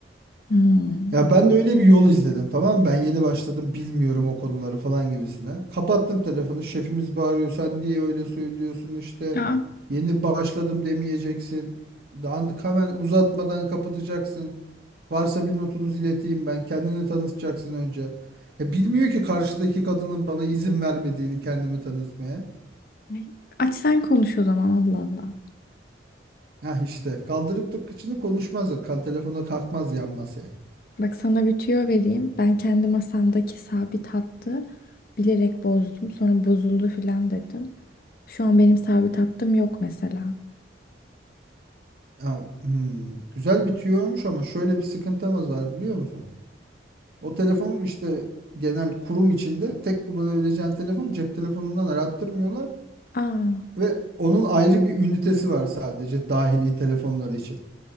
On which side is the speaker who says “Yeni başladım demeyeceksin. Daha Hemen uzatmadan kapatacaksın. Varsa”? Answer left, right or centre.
Right